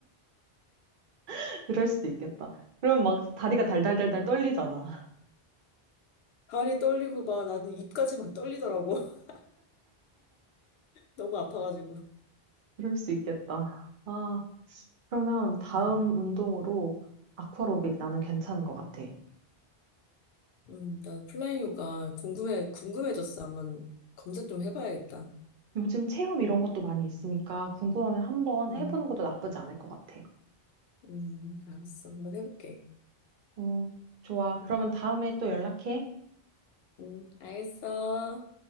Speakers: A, on the right; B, on the left.
A: <laughs> 그럴 수도 있겠다. 그럼 막 다리가 달달달달
B: <laughs>
A: 떨리잖아. <laughs>
B: 다리 떨리고 막 나는 입까지 막 떨리더라고. <laughs> 너무 아파가지고.
A: 그럴 수 있겠다. 아, 그러면 다음
B: 어,
A: 운동으로 아쿠아로빅 나는 괜찮은 것 같아.
B: 음, 나 플라잉 요가 궁금해, 궁금해졌어. 한번 검색 좀 해봐야겠다.
A: 요즘 체험 이런 것도 많이 있으니까 궁금하면 한번
B: 음,
A: 해보는 것도 나쁘지 않을 것 같아.
B: 음, 알았어. 한번 해볼게.
A: 어, 좋아. 그러면
B: 음,
A: 다음에 또 연락해.
B: 음, 알겠어.